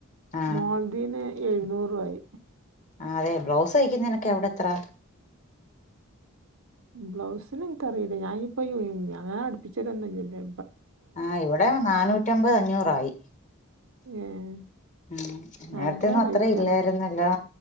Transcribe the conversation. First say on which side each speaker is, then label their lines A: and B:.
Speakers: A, on the left (about 35°); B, on the right (about 70°).
A: ആ
B: മോൾതീന് എഴുന്നും ആയി
A: ആതെ ബ്ലൗസ് തഴ്ക്കുന്നെനാെക്കെ അവ്ടെ എത്രാ
B: ബ്ലൗസിന് ഇൻക്കറീല്ല ഞാനിഇപ്പ ഈ പിന്നങ്ങനെ അട്പ്പിച്ചലൊന്നുല്ലല്ലോ
A: ആഹ് ഇവടെ നാന്നൂറ്റമ്പത് അഞ്ഞൂറായി
B: ഏഹ്
A: ഉം
B: ഭയങ്കര
A: നേരത്തെന്നും
B: റേറ്റാണ്.
A: അത്ര ഇല്ലായിരുന്നല്ലോ